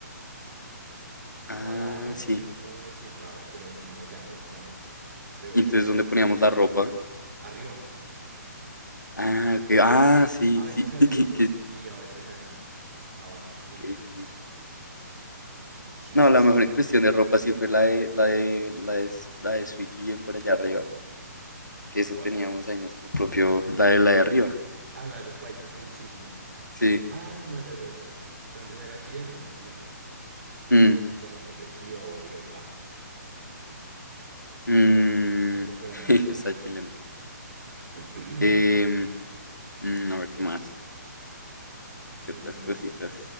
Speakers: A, on the left (about 85°); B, on the right (about 55°).
A: Ah,
B: La lavadora
A: sí.
B: tenía un modo de secado, pero no nos dejaba usarla, creo,
A: Y entonces,
B: algo
A: ¿dónde
B: así.
A: poníamos la ropa?
B: Arriba,
A: Ah, ok. Ah, sí,
B: a veces
A: sí.
B: arriba
A: <laughs> que- que-
B: y a veces adentro, abajo, donde
A: que-
B: el piso.
A: que-
B: Sí,
A: No,
B: sí,
A: la
B: sí.
A: mejor en cuestión de ropa sí fue la de la de la de, la de Swiki bien por allá arriba. Que eso
B: ¿Cuál?
A: teníamos ahí nuestro propio, la de la de arriba.
B: Ah, la de los paisas, con... sí, sí, ya.
A: Sí.
B: Ah, no, ya, ya, ya. La- De la chilena, la chilena.
A: Mm,
B: Ya me acordé. Sí, obvio, ja.
A: mm,
B: Esa fue la
A: <laughs>
B: mejor.
A: Esa chilena.
B: <clears throat>
A: Em, mm, a ver qué más,
B: Mm,
A: qué otras cositas.